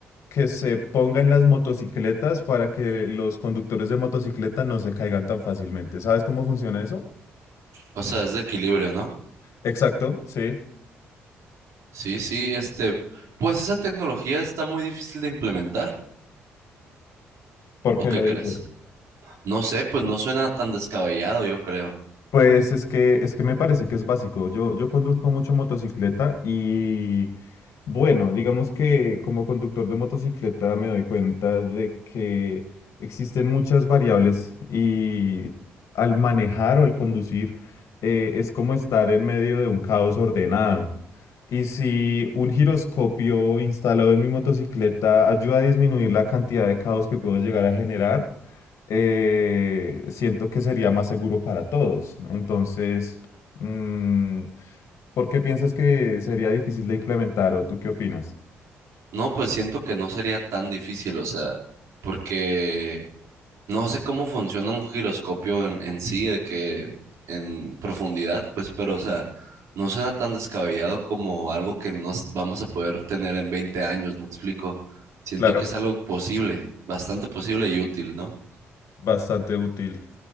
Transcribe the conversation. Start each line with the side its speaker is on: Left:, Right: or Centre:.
Left: que se ponga en las motocicletas para que los conductores de motocicleta no se caigan tan fácilmente. ¿Sabes cómo funciona eso?
Right: o sea, es de equilibrio, ¿no?
Left: Exacto, sí.
Right: Sí, sí, este, pues esa tecnología está muy difícil de implementar,
Left: ¿Por
Right: ¿o
Left: qué
Right: qué
Left: lo
Right: crees?
Left: dices?
Right: No sé, pues no suena tan descabellado, yo creo.
Left: Pues es que, es que me parece que es básico. Yo, yo conduzco mucho motocicleta y bueno, digamos que como conductor de motocicleta me doy cuenta de que existen muchas variables y al manejar o al conducir eh, es como estar en medio de un caos ordenado. Y si un giroscopio instalado en mi motocicleta ayuda a disminuir la cantidad de caos que puedo llegar a generar, eh, siento que sería más seguro para todos. Entonces, mm, ¿por qué piensas que sería difícil de implementar o tú qué opinas?
Right: No, pues siento que no sería tan difícil, o sea, porque No sé cómo funciona un giroscopio en, en sí, de que en profundidad, pues, pero, o sea, no suena tan descabellado como algo que nos vamos a poder tener en 20 años, me explico. Siento
Left: Claro.
Right: que es algo posible, bastante posible y útil, ¿no?
Left: Bastante útil.